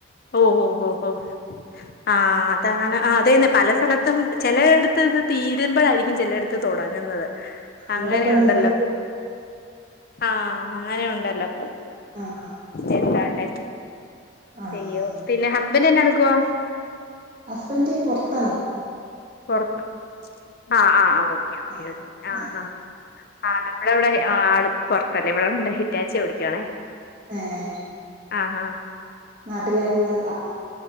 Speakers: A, on the left (about 50°); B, on the right (about 25°).
A: ഓഹോ ഹഓ ഹോ ആ അതാണ് അതെന്നെ പല സ്ഥലത്തും ചിലയിടുത്ത് ഇത് തീരുമ്പോഴായിരിക്കും ചിലയിടുത്ത് തൊട ങ്ങ അങ്ങനെയുണ്ടല്ലോ
B: അവിടെപ്പ ഇണ്ടായി
A: ആഹ അങ്ങനെ ഉണ്ടല്ലോ
B: ആഹ്
A: എന്തല്ലേ
B: ആഹ്
A: അയ്യോ പിന്നെ ഹസ്ബൻഡ് എന്നന്നെ നടടുക്കുവവാ
B: ഹസ്ബന്ന്റെ പുൊറത്താണ്
A: കൊടുത്ത ആഹ ആഹ് ഓക്കെ ഓെ
B: ആ
A: ആഹ് ആഹ
B: ആ
A: ആ് നമ്മുടെ ഇവിടെ ആപ്പൊറത്തല്ലേ ഇവിടെ ഉണ്ട് ഹിറ്റാച്ച ഓടിക്കവാണേ
B: ആഹ
A: ആഹ് ആഹ
B: നാട്ടിലായിുള്ള ആ